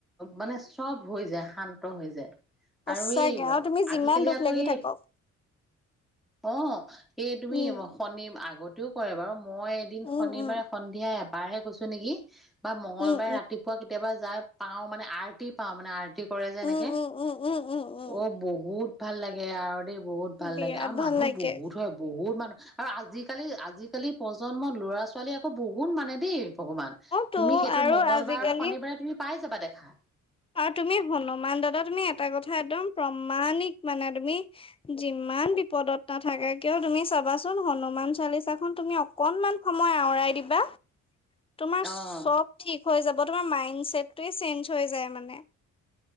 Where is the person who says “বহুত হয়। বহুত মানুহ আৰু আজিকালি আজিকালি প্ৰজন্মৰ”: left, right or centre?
Centre